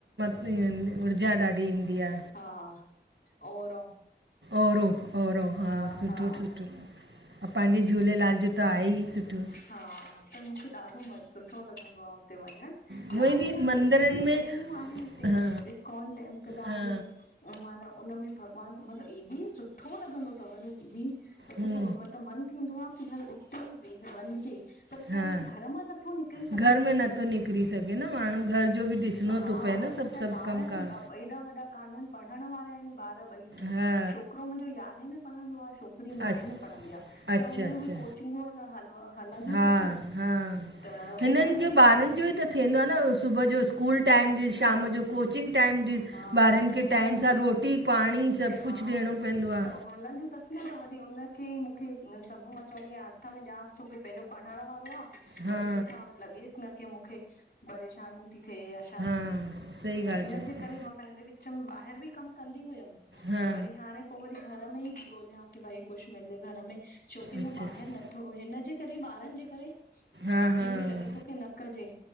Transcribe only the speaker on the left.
हा हा, औरव।
आहे
हा
हा, त मुखे ॾाढो म सुठो लॻंदो आ हुते वञणु।
ॿिया बि आहिनि,
ॿियूं बि
जॻहियूं आहिनि हिते,
इस्कॉन टेंपल आहे।
माना उनमें भॻवानु, मतिलबु एॾी सुठो लॻंदो तव न दीदी हिकु
त म त मन थींदो आ की भई उते बि व वञिजे। पर छाहे
कि घर मां नथो निकरी सघिजे,
हा
वरी
छाहे
ॿार
आहिनि, एॾा वॾा काननि पढ़ण वारा आहिनि ॿार ॿई
छोकिरो मुंहिंजो यारहें में पढ़ंदो आ, छकिरी नाऐं
में पढ़ंदी आ,
त हुनजी
बि कोचिंगूं आहिनि हल प हलंदियूं
तसि,
त
उन में
बि
हा
त
लॻंदो
आ
हा
त हलंदियूं तसि न, त वरी हुनखे ई मूंखे सभु मां चवंदी आहियां हथ में ॾियांसि छो कि पंहिंजो पढ़ण वारो आ,
वरी किथां लॻेसि न की मुखे परेशानी ती थे या छा।
त
इनजे
करे मां पहले विचमि ॿाहिरि बि कमु कंदी हुयमि,
त वरी हाणे पोइ वरी घर में ई ती ॻोल्हियां, कि भाई कुछु मिले घर में, छोकी
न ॿाहिरि
न थो, हिन जे करे ॿारनि जे करे,
इहो
ई लॻे थो कि न कजे।